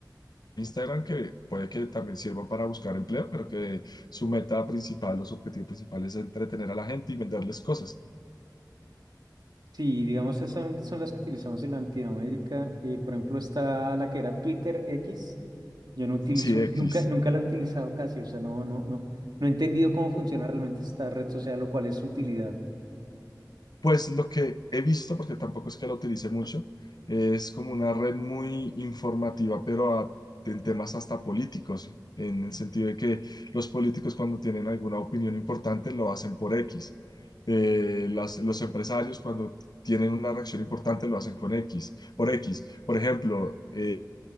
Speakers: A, on the left; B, on the right.
A: Instagram que puede que también sirvan para buscar empleo, pero que su meta principal o su objetivo principal es entretener a la gente y venderles cosas.
B: Sí, digamos, esas son, son las que utilizamos en Latinoamérica. Eh, por ejemplo, está la que era Twitter X. Yo no utilizo,
A: Sí, X.
B: nunca, nunca la he utilizado casi, o sea, no, no, no, no he entendido cómo funciona realmente esta red social lo cual es su utilidad.
A: Pues lo que he visto, porque tampoco es que lo utilice mucho, es como una red muy informativa, pero a- en temas hasta políticos, en el sentido de que los políticos cuando tienen alguna opinión importante lo hacen por X. Eh, las- los empresarios cuando tienen una reacción importante lo hacen con X, por X. Por ejemplo, eh,